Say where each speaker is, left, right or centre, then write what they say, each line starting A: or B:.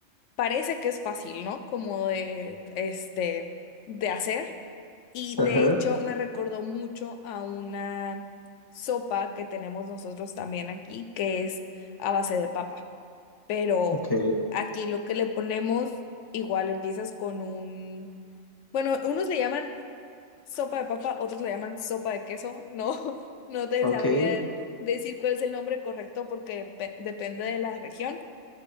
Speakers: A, on the left; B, on the left.
A: parece que es fácil, ¿no? Como de, este, de hacer. Y
B: ajá,
A: de hecho me recordó mucho a una sopa que tenemos nosotros también aquí, que es a base de papa. Pero
B: ok,
A: aquí lo que le ponemos, igual empiezas con un, bueno, unos le llaman sopa de papa, otros le llaman sopa de queso. No, <laughs> no te
B: ok,
A: sabría decir cuál es el nombre correcto porque pe- depende de la región